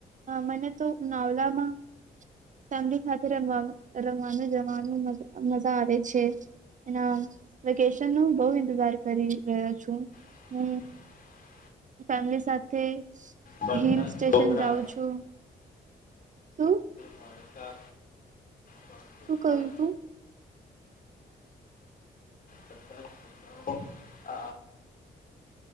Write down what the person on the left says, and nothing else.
<unintelligible>
<inaudible>
બધા
છોકરા
બાળકા બાળક બધા
<unintelligible>